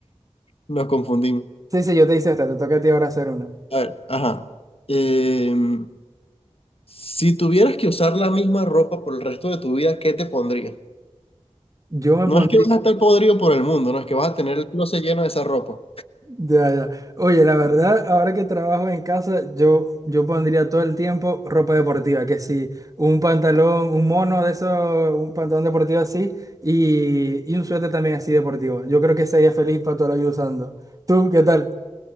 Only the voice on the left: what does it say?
nos confundimos.
A ver, ajá. Em, si tuvieras que usar la misma ropa por el resto de tu vida, ¿qué te pondrías?
No
es que vas a estar podrido por el mundo, no es que vas a tener el closet lleno de esa ropa.